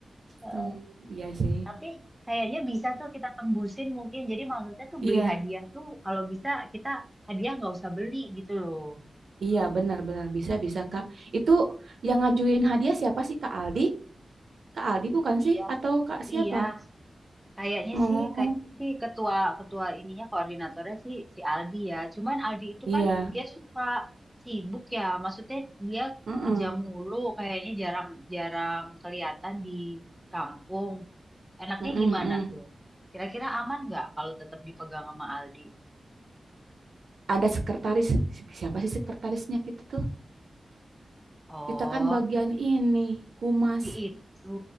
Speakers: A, in the centre; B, on the right.
A: Eh,
B: Hmm, iya sih.
A: tapi kayaknya bisa tuh kita tembusin mungkin. Jadi maksudnya tuh
B: Iya,
A: beli hadiah tuh kalau bisa kita hadiah nggak usah beli gitu loh.
B: iya benar-benar bisa bisa Kak. Itu yang ngajuin hadiah siapa sih Kak Aldi? Kak Aldi bukan
A: Iya,
B: sih? Atau Kak siapa?
A: iya. Kayaknya
B: Oh,
A: sih, kayaknya sih ketua ketua ininya koordinatornya sih si Aldi ya. Cuman Aldi itu
B: iya.
A: kan dia suka sibuk ya. Maksudnya dia
B: Heeh,
A: kerja mulu, kayaknya jarang-jarang kelihatan di kampung. Enaknya
B: heeh,
A: gimana
B: heeh.
A: tuh? Kira-kira aman nggak kalau tetap dipegang sama Aldi?
B: Ada sekretaris. Si- Siapa sih sekretarisnya kita tuh?
A: Oh,
B: Kita kan bagian ini, humas
A: si itu